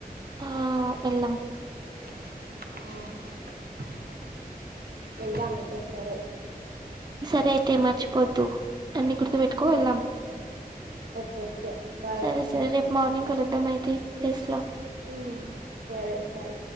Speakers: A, on the right (about 25°); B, on the right (about 75°).
A: ఆ వెళ్లం
B: ఆ ఎలా అయితేస్తరే
A: అరైతే మర్చిపోద్దు అన్ని గుర్తుపెట్టుకో
B: ఉమ్,
A: వెళ్ళాం
B: ఓకే బాయ్
A: సరే సరే రేపు మార్నింగ్ కలుద్దాం అయితే ప్లేస్ లో
B: ఉమ్, సరే బాయ్